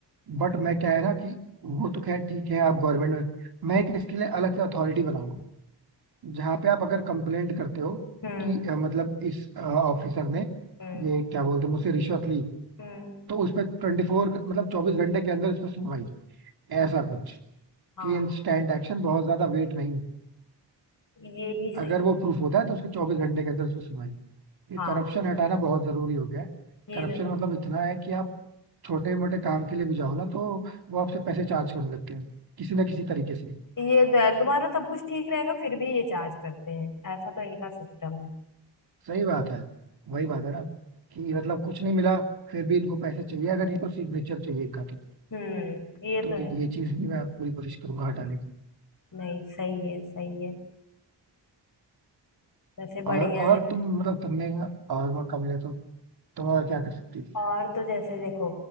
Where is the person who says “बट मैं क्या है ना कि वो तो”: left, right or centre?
Right